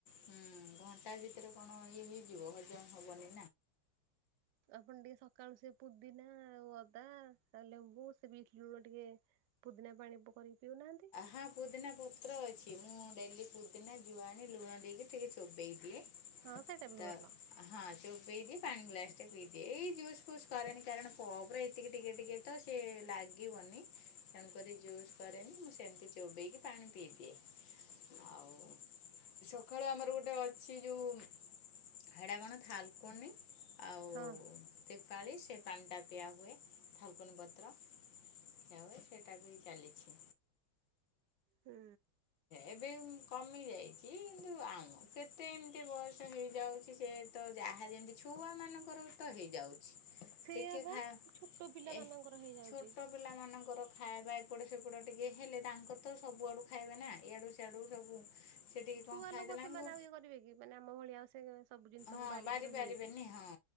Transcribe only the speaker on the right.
ଆପଣ ଟିକେ ସକାଳୁ ସେ ପୁଦିନା ଆଉ ଅଦା ଲେମ୍ବୁ ସେ ବିଟ ଲୁଣ ଟିକେ ପୁଦିନା ପାଣି ପରିକି ପିଉନାହାନ୍ତି।
ହଁ ସେଇଟା ବି
ଭଲ।
ହଁ
ହୁଁ।
ସେଇଆବା
ଛୋଟ ପିଲା
ମାନଙ୍କର ହେଇଯାଉଛି।
ଛୁଆ
ଲୋକ ସେମାନେ ଆଉ ଇଏ କରିବେ କି, ମାନେ ଆମ ଭଳିଆ ଆଉ ସେ ସବୁ ଜିନିଷକୁ
ବାରିକି
ରହିବେ
କି।